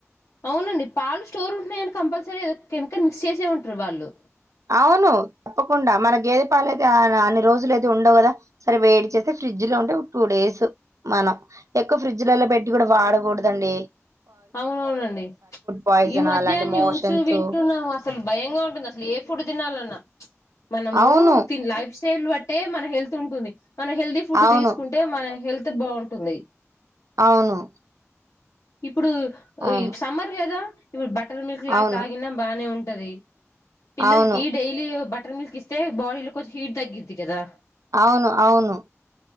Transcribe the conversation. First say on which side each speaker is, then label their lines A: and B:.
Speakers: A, on the left (about 85°); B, on the right (about 85°).
A: అవునండి పాలు స్టోర్ ఉంటున్నాయంటే కంపల్సరి ఏదో కెమికల్ మిక్స్ చేసే ఉంటారు వాళ్ళు
B: అవును తప్పకుండా మన గేద పాల అయితే అన్ని రోజులు అయితే ఉండవు గదా సరే వేడి చేస్తే ఫ్రిడ్జ్ లో ఉంటే ఒక టూ డేస్ మనం ఎక్కువ ఫ్రిడ్జ్లలో బట్టి కూడా వాడగూడదండి
A: అవునవునండి
B: పాయిజన్
A: ఈ మధ్య
B: అలాంటి
A: న్యూస్
B: మోషన్స్
A: వింటున్నాం అసలు భయంగా ఉంటుంది అసలు ఏ ఇప్పుడు దినాలన్నా మనము
B: అవును.
A: తిని లైఫ్ స్టైల్ బట్టే మన హెల్త్ ఉంటుంది మనం హెల్ది ఫుడ్
B: అవును.
A: దీసుకుంటే మన హెల్త్ బాంటుంది
B: అవును
A: ఇప్పుడు
B: అవును.
A: ఈ సమ్మర్ కదా ఇప్పుడు బటర్ మిల్క్ లాగా
B: అవును.
A: తాగిన బానే ఉంటది పిల్లలకి
B: అవును.
A: డైలీ బటర్ మిల్క్ ఇస్తే బాడీలో కొంచం హీట్ తగ్గిద్ది కదా
B: అవును అవును